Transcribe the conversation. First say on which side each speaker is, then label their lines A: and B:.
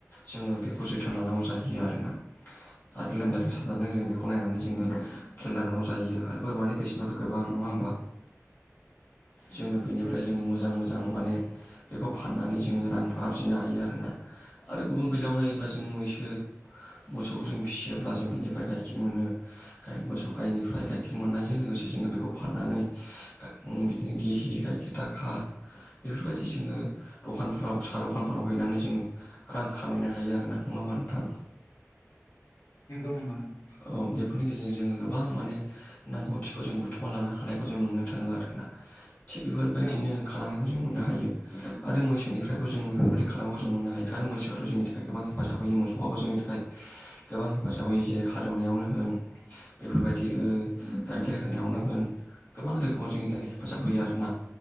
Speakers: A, on the left; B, on the left.
A: जोङो बेखौ जोथोन लानांगौ जाहैयो आरोना आरो लोमजादों
B: औ औ
A: साजादों जों बेखौ खौ नायनानै जोङो खेल लानांगौ जायो आरो बोरमानि बेसेनाथ' गोबां नङा होमबा जोङो बेनिफ्राय
B: नंगौ
A: जोङो मोजां मोजां माने बेखौ फाननानै जोङो रां आरजिनो हायो आरोना आरो गुबुन बेलायाव नायोब्ला जों मैसो मोसौखौ जों फिसियोब्ला जों बिनिफ्राय गाइखेर मोनो गाय मोसौ गायनिफ्राय गाइखेर मोननायजों लोगोसे जोङो बेखौ फाननानै बिदिनो गिहि गायखेर दाखा बेफोरबायदि जोङो दखानफोराव साहा दखानफोराव हैनानै जोंङो रां खामायनो हायो आरो ना नङा होमबा नोंथां
B: नोंगौ नंगौ नंगौ।
A: औ बेफोरनि गेजेरजों जोङो गोबां माने नांगौथिखौ जों बुथुमा लानो हानायखौ जों नुनो थाङो आरोना थिग बेफोरबायदिनो
B: औ
A: खालामनायखौ जों मोननो हायो आरो मैसोनिफ्रायबो जों बेफोरबायाददि खालामखौ जों मोननो हायो आरो मैसोआथ' जोंनि थाखाय गोबां हेफाजाब होयो मोसौआबो जोंनि थाखाय गोबां हेफाजाब होयो जेरै हालेवनायावनो होन बेफोरबायदि गाइखेर होनायावनो
B: औ
A: होन। गोबां रोखोमाव जोंनि थाखाय हेफाजाब होयो आरोना